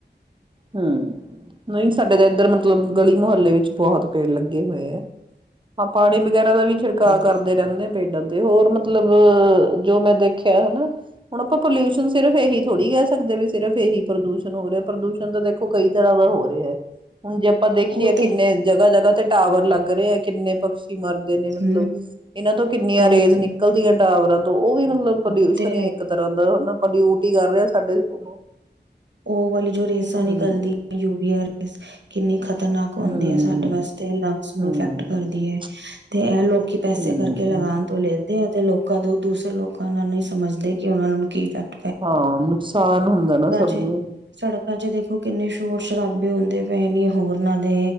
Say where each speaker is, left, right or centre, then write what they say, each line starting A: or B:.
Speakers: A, on the right (about 25°); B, on the right (about 75°).
A: ਹੂੰ, ਨਹੀਂ ਸਾਡੇ ਤਾਂ ਇੱਧਰ ਮਤਲਬ ਗਲੀ ਮੁਹੱਲੇ ਵਿੱਚ ਬਹੁਤ ਪੇੜ ਲੱਗੇ ਹੋਏ ਹੈ। ਹਾਂ ਪਾਣੀ ਵਗੈਰਾ ਦਾ ਵੀ ਛਿੜਕਾਅ
B: ਵਧੀਆ
A: ਕਰਦੇ ਰਹਿੰਦੇ ਆ ਪੇਡਾਂ ਤੋਂ ਤੇ ਹੋਰ ਮਤਲਬ ਜੋ ਮੈਂ ਦੇਖਿਆ ਹੈਨਾ, ਹੁਣ ਆਪਾਂ ਪੋਲਿਊਸ਼ਨ ਸਿਰਫ ਇਹੀ ਥੋੜੀ ਕਹਿ ਸਕਦੇ ਵੀ ਸਿਰਫ ਇਹੀ ਪ੍ਰਦੂਸ਼ਣ ਹੋ ਰਿਹਾ ਪ੍ਰਦੂਸ਼ ਤਾਂ ਦੇਖੋ ਕਈ ਤਰ੍ਹਾਂ ਦਾ ਹੋ ਰਿਹਾ ਹੈ ਹੁਣ ਜੇ ਆਪਾਂ ਦੇਖੀਏ
B: ਉਹ
A: ਕਿੰਨੇ
B: ਤੇ
A: ਜਗ੍ਹਾ ਜਗ੍ਹਾ ਤੇ ਟਾਵਰ ਲੱਗ ਰਹੇ ਹੈ, ਕਿੰਨੇ ਪੱਕਸ਼ੀ ਮਰਦੇ ਨੇ ਮਤਲਬ,
B: ਹਮ
A: ਇਹਨਾਂ ਤੋਂ ਕਿੰਨੀਆਂ
B: ਉਹੀ
A: ਰੇਜ਼
B: ਤਾਂ
A: ਨਿਕਲਦੀਆਂ ਟਾਵਰਾਂ ਤੋਂ ਉਹ ਵੀ ਮਤਲਬ ਪੋਲਿਊਸ਼ਨ
B: ਉਹ ਤੇ
A: ਹੀ
B: ਹੈ
A: ਇੱਕ ਤਰ੍ਹਾਂ ਦਾ ਹੈਨਾ ਆਪਾਂ ਡਿਊਟੀ ਕਰ ਰਹੇ ਸਾਡੇ ਉਹਨੂੰ
B: ਔ ਵਾਲੀ ਰੇਜ਼ ਰੇਜ਼
A: ਹਮ
B: ਨਿਕਲਦੀਆਂ ਯੂ ਵੀ ਆਰ ਐਸ, ਕਿੰਨੀ ਖ਼ਤਰਨਾਕ ਹੁੰਦੀ
A: ਹਮ
B: ਹੈ ਸਾਡੇ ਵਾਸਤੇ ਲੰਗਸ ਨੂੰ
A: ਹਮ
B: ਇਫੈਕਟ ਕਰਦੀ ਹੈ ਤੇ ਐ ਲੋ ਕੇ ਪੈਸੇ
A: ਹਮ
B: ਕਰਕੇ ਲਗਾਉਣ ਤੋਂ ਲੇਤੇ ਹੈਂ। ਤੇ ਲੋਕਾਂ ਤੋਂ, ਦੂਸਰੇ ਲੋਕਾਂ ਨਾਂ ਨਹੀ ਸਮਝਦੇ, ਕਿ ਉਹਨਾ ਨੂੰ ਕੀ ਇਫ਼ੇਕਟ ਐ
A: ਹਾਂ ਨੁਕਸਾਨ ਹੁੰਦਾ ਨਾ ਸਭ
B: ਚ
A: ਨੂੰ
B: ਸੜਕਾਂ ਚ ਦੇਖੋ ਕਿੰਨੇ ਸ਼ੋਰ ਸ਼ਰਾਬੇ ਹੁੰਦੇ ਪਏ ਨੇ ਹੋਰਨਾਂ ਦੇ